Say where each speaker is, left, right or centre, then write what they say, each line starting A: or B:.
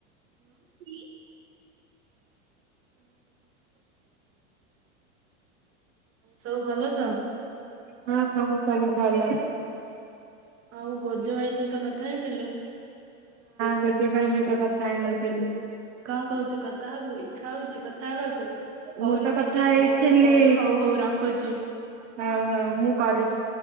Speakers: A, on the right; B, on the right.
A: ହୁଁ
B: ସବୁ ଭଲ ତ
A: ହଁ ହଁ ସବୁ ଭଲ।
B: ଆଉ ଗୋଜ ଭାଇସ୍ ତୁ ତ କଥା ହେଇଥିଲୁ।
A: ଗୋଜ ଭାଇ ସହିତ କଥା ହେଇନଥିଲି।
B: କଣ କହୁଛୁ କଥା ହବୁ ଇଛା ହଉଛି କଥା ହବାକୁ
A: ମୁଁ
B: ହଉନ
A: ତ କଥା
B: ଟିକେ
A: ହେଇଥିଲି।
B: ନଉନ ଫୋନ ହଉ ହଉ ରଖୁଛି।
A: ହଉ ହଉ ମୁଁ କରୁଛି।